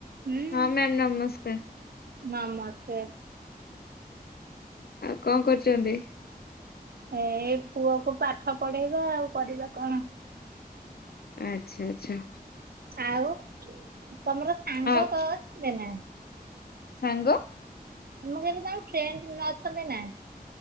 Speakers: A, on the right; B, on the left.
A: ହୁଁ
B: ହଁ ମ୍ୟାମ୍ ନମସ୍କାର।
A: ନମସ୍କାର।
B: ଆଉ କଣ କରୁଚନ୍ତି?
A: ଏ ପୁଅକୁ ପାଠ ପଢେଇବା ଆଉ କରିବା କଣ।
B: ଆଚ୍ଛା ଆଚ୍ଛା।
A: ଆଉ ତମର ସାଙ୍ଗ
B: ଆଉ
A: କ <unintelligible> ଥିବେନା?
B: ସାଙ୍ଗ?
A: ମୁଁ କହିଲି ତମ ଫ୍ରେଣ୍ଡ ଅଛନ୍ତି ନାଁ?